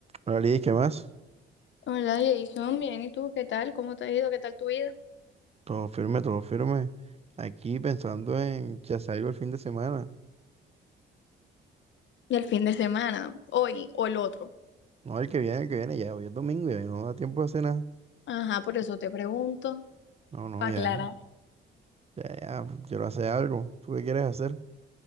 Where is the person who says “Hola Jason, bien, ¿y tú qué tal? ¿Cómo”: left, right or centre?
Left